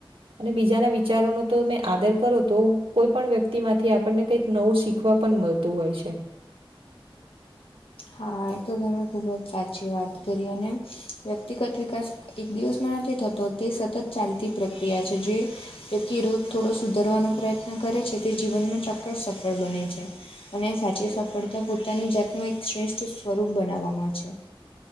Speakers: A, on the right; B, on the left.
A: અને બીજાના વિચારોનો તો તમે આદર કરો તો કોઈ પણ વ્યક્તિ માંથી આપણને કંઈક નવું શી ખવા પન મલતું હોય છે.
B: હા એ તો તમે ખૂબ જ સાચી વાત કરી અને વ્યક્તિગત વિકાસ એક દિવસમાં નથી થતો તે સતત ચાલતી પ્રક્રિયા છે, જે <unintelligible> રોગ થોડો સુધરવાનો પ્રયત્ન કરે છે, તે જીવનમાં ચોક્કસ સફળ બને છે. અને સાચી સફળતા પોતાની જાતને એક શ્રેષ્ઠ સ્વરૂપ બનાવવામાં છે.